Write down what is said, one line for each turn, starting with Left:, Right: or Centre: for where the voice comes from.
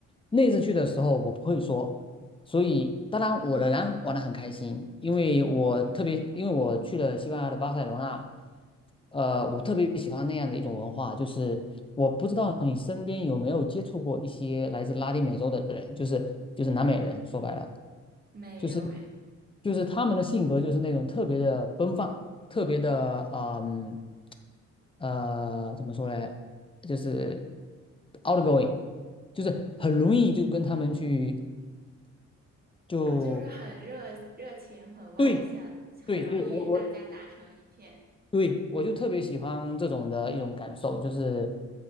Left: 那次去的时候，我不会说，所以当然我仍然玩得很开心，因为我特别，因为我去了西班牙的巴塞罗那，呃，我特别喜欢那样的一种文化，就是我不知道你身边有没有接触过一些来自拉丁美洲的人，就是就是南美人，说白了。
Right: 没有诶。
Left: 就是。就是他们的性格就是那种特别的奔放，特别的嗯呃怎么说呢，就是 outgoing，就是很容易就跟他们去就
Right: 啊，就是很热热情，很外向，
Left: 对
Right: 很容易大家打成一片。
Left: 对对，就我我对我就特别喜欢这种的一种感受，就是